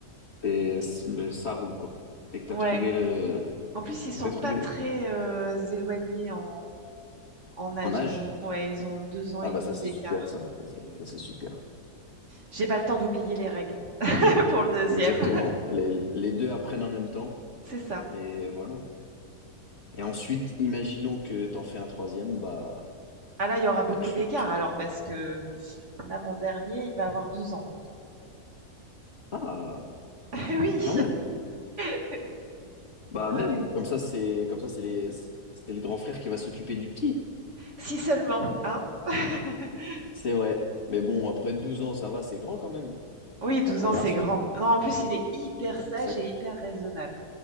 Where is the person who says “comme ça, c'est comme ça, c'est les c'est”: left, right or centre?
Left